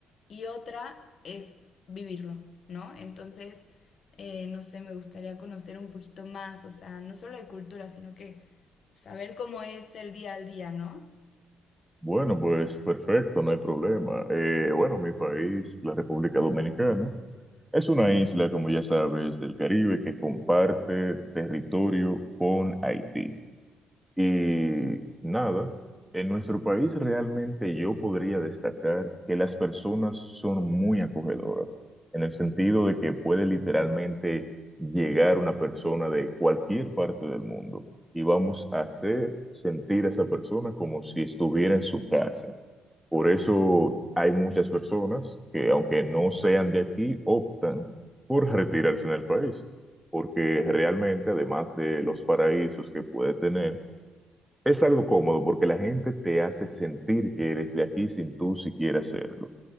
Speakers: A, on the left; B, in the centre.
A: y otra es vivirlo, ¿no? Entonces, eh, no sé, me gustaría conocer un poquito más, o sea, no solo de cultura, sino que saber cómo es el día al día, ¿no?
B: Bueno, pues perfecto, no hay problema. Eh, bueno, mi país, la República Dominicana, es una isla, como ya sabes, del Caribe que comparte territorio con Haití. Y
A: Sí.
B: nada, en nuestro país realmente yo podría destacar que las personas son muy acogedoras, en el sentido de que puede literalmente llegar una persona de cualquier parte del mundo y vamos a hacer sentir a esa persona como si estuviera en su casa. Por eso hay muchas personas que, aunque no sean de aquí, optan por retirarse en el país, porque realmente, además de los paraísos que puede tener, es algo cómodo porque la gente te hace sentir que eres de aquí sin tú siquiera hacerlo.